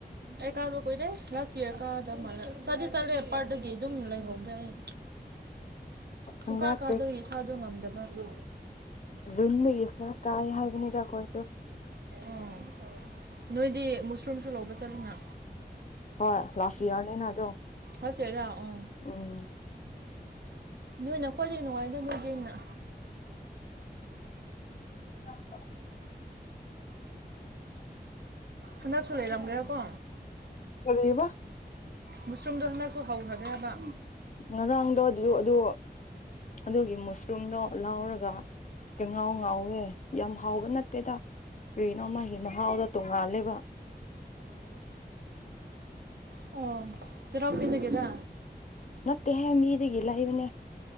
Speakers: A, on the right; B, on the left.
A: ꯑꯦ ꯀꯥꯔꯕꯨ ꯀꯣꯏꯔꯦ ꯂꯥꯁ ꯏꯌꯥꯔ ꯀꯗ ꯃꯥꯜꯂ ꯆꯗꯦ ꯆꯠꯂꯦ ꯄꯥꯔꯠꯇꯗꯒꯤ ꯑꯗꯨꯝ ꯂꯩꯍꯧꯗ꯭ꯔꯦ ꯑꯩ꯫ ꯁꯨꯡꯀꯥ
B: ꯍꯟꯗꯛ
A: ꯀꯥꯗꯕꯒꯤ ꯏꯁꯥꯗꯣ ꯉꯝꯗꯕ ꯑꯗꯨ꯫
B: ꯨꯟꯗ ꯀꯥꯏ ꯍꯥꯏꯕ ꯇ ꯀꯁꯨꯣ
A: ꯑꯣ ꯅꯣꯏꯗꯤ ꯃꯨꯁꯔꯨꯝꯁꯨ ꯂꯧꯕ ꯆꯠꯂꯨꯅ꯫
B: ꯍꯣꯏ ꯂꯥꯁ ꯏꯌꯥꯔꯅꯤꯅ ꯑꯗꯣ
A: ꯍꯣꯁꯦꯔ ꯑꯣ꯫
B: ꯎꯝ꯫
A: ꯅꯣꯏꯅ ꯈꯣꯏꯗꯩ ꯅꯨꯡꯉꯥꯏꯗ ꯅꯣꯏꯗꯩꯩ ꯍꯦꯟꯅ꯫
B: <unintelligible> <unintelligible>
A: ꯍꯟꯗꯛꯁꯨ ꯂꯩꯔꯝꯒꯦꯔꯀꯣ꯫
B: ꯀꯔꯤꯕ
A: ꯃꯨꯁꯔꯨꯝꯗꯣ ꯍꯟꯗꯛꯁꯨ ꯍꯧꯈ꯭ꯔꯒꯦꯔꯕ꯫
B: ꯉꯔꯥꯡꯗꯣ ꯑꯗꯨ ꯑꯗꯨ ꯑꯗꯨꯒꯤ ꯃꯨꯁꯔꯨꯝꯗꯣ ꯂꯥꯎꯔꯒ ꯀꯥꯉꯧ ꯉꯧꯋꯦ ꯌꯥꯝ ꯍꯥꯎꯕ ꯅꯠꯇꯦꯗ꯫ ꯀꯔ꯭ꯤꯅꯣꯃꯒꯤ ꯃꯍꯥꯎꯗꯣ ꯇꯣꯡꯉꯥꯜꯂꯦꯕ꯫
A: ꯎ ꯑꯣ ꯆꯩꯔꯥꯎ ꯆꯤꯡꯗꯒꯤꯔꯥ꯫
B: ꯇꯦꯍꯦ ꯃꯤꯗꯒꯤ ꯂꯩꯥꯛꯕꯅꯦ